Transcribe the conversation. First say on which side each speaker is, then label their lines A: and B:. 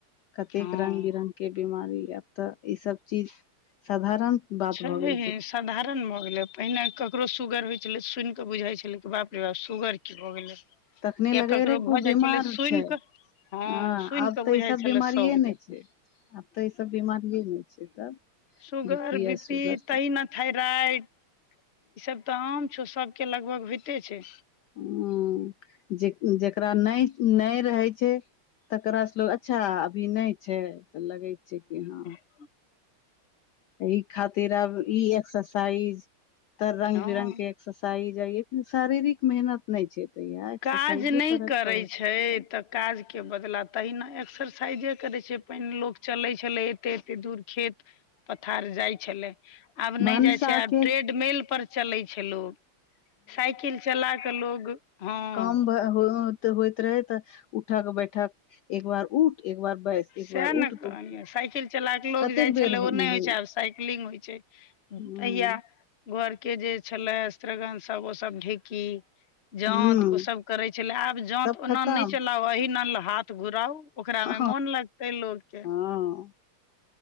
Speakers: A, on the left; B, on the left.
A: कतेक
B: हँ
A: रंग-बिरंग के बिमारी आब तऽ ई सब चीज साधारण बात
B: छैेये
A: भऽ गेल छै
B: सधारण भऽ गेलै पहिने ककरो सुगर होय छलै सुन कऽ बुझाय छलै। त बाप रे बाप सुगर की भऽ गेलै
A: तखने लगे
B: या ककरो
A: रे खूब
B: भऽ जाय
A: बीमार
B: छलै सुन
A: छै
B: कऽ हाँ
A: हँ
B: सुन
A: आब
B: कऽ
A: तऽ
B: बुझाय
A: ई सब
B: छलै
A: बीमारिये
B: सौक
A: नहि
B: जका।
A: छै आब तऽ ई सब बिमारिये नै छै तब।
B: Sugar, B
A: S
B: P
A: sugar सब
B: तहिना थायराइड। तब तऽ आम छौ, सबके लगभग होएते छै।
A: हुं जे जकरा नै, नै रहै छै। तकरा से लोग अच्छा अभी नै छै तऽ लगै छै कि हां।
B: हां।
A: एहि खातिर आब ई एक्सरसाइज तऽ रंग-बिरंग
B: हँ
A: के एक्सरसाइज आ ई <unintelligible> शारीरिक मेहनत नै छै। तऽ इएह एक्सरसाइजो
B: काज नै
A: करय
B: करै
A: पड़ै
B: छै
A: ह
B: तऽ काज के बदला तहिना एक्सरसाइजे करै छै, पहिने लोक चलै छलै एते-एते दूर खेत-पथार जाय छलै। आब
A: भनसा
B: नै जाय छै, आब
A: के
B: ट्रेडमिल पर चलै छै लोग। साइकिल चला कऽ लोग हँ
A: काम्ब होएत, होएत रहै तऽ उठक-बैठक एक बार उठ एक बार बैस एक
B: साएह
A: बार
B: ने
A: उठ
B: कहलियै
A: त
B: साइकिल चला कऽ लोग
A: कतेक
B: जाय
A: बेर
B: छलै
A: होइ
B: उ नै होय छै, आब साइकिलिंग होय छै। उम्म
A: ह
B: तहिया घर के जे छलै श्रगण सब ओ सब ढेकी जाँत
A: ह
B: ओ सब करै छलै, आब जाँत
A: सब खतम
B: ओना नै चलाउ, एहिनाल हाथ घुराउ ओकरा
A: हँ
B: मे मोन लगतै लोक के।
A: हँ